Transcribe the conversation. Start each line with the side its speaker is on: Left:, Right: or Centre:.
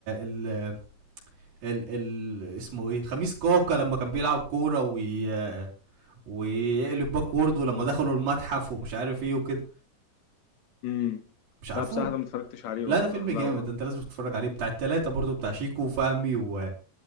Right: ال ال, ال اسمه ايه خميس كاكا لما كان بيلعب كورة وي ويقلب باكورد ولما دخلوا المتحف ومش عارف ايه وكده
Left: امم
Right: مش عارفه
Left: لا بصراحة ده ما اتفرجتش عليه
Right: لا
Left: ولا
Right: ده فيلم
Left: لا
Right: جامد
Left: والله
Right: ده انت لازم تتفرج عليه بتاع التلاتة برضو بتاع شيكو وفهمي و...